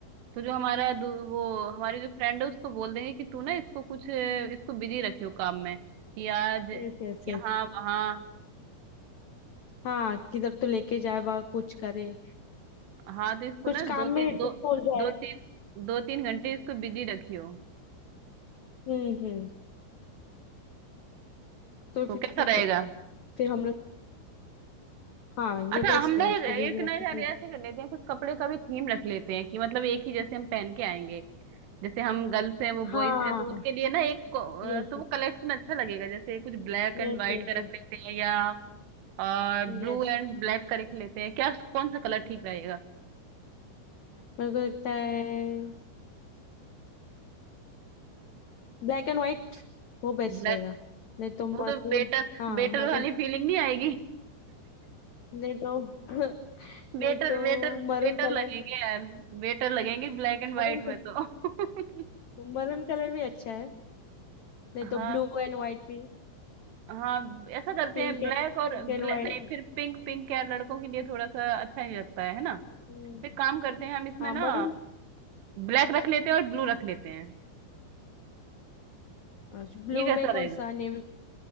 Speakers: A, on the right (about 85°); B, on the left (about 80°).
A: तो जो हमारा दू- वो हमारी जो फ्रेंड है उसको बोल देंगे कि तू ना इसको कुछ इसको बिजी रखियो काम में कि आज
B: Yes yes
A: यहाँ
B: yes
A: वहाँ
B: हाँ किधर तो लेके जाए बा कुछ करे
A: हाँ तो इसको
B: कुछ
A: ना
B: काम
A: दो तीन
B: में उसको
A: दो
B: उलझाए
A: दो तीन दो तीन घंटे इसको बिजी रखियो
B: हम्म हम्म तो
A: तो
B: फिर
A: कैसा
B: ठीक
A: रहेगा
B: है फिर हम लोग हाँ ये
A: अच्छा
B: बेस्ट
A: हम ना
B: है उसको
A: एक एक
B: बिजी
A: ना
B: रखे
A: यार
B: तो
A: ऐसे कर लेते हैं कुछ कपड़े का भी थीम रख लेते हैं कि मतलब एक ही जैसे हम पहन के आएंगे जैसे हम गर्ल्स हैं वो
B: हाँ
A: बॉयज हैं तो उनके लिए ना एक को- अ,
B: Yes
A: तो वो कलेक्शन अच्छा लगेगा जैसे कुछ ब्लैक एंड
B: yes
A: व्हाइट
B: yes
A: का
B: Yes
A: रख लेते हैं या और ब्लू
B: Yes
A: एंड ब्लैक का रख लेते हैं क्या कौन सा कलर ठीक रहेगा
B: मेरे को लगता है ब्लैक एंड व्हाइट वो बेस्ट
A: ब्लैक
B: रहेगा नहीं तो
A: वो
B: मरून
A: तो बेटर
B: हाँ
A: बेटर
B: मरून
A: वाली फीलिंग नहीं आएगी
B: नहीं तो <laughs>
A: बेटर
B: नहीं तो
A: बेटर बेटर
B: maroon colour
A: लगेंगे यार बेटर लगेंगे ब्लैक एंड व्हाइट
B: Maroon
A: में तो <laughs>
B: Maroon colour भी अच्छा है नहीं तो
A: हाँ
B: ब्लू एंड व्हाइट भी
A: हाँ ऐसा करते
B: Pink
A: हैं ब्लैक
B: and
A: और
B: pink
A: ब्लैक
B: and white
A: नहीं फिर पिंक पिंक यार लड़कों के लिए थोड़ा सा अच्छा नहीं लगता है है ना
B: हम्म,
A: फिर काम करते हैं हम इसमें
B: हाँ
A: ना
B: मरून
A: ब्लैक रख लेते हैं और ब्लू रख लेते हैं
B: अच्छा ब्लू
A: ये कैसा
B: में कौन
A: रहेगा
B: सा नेवी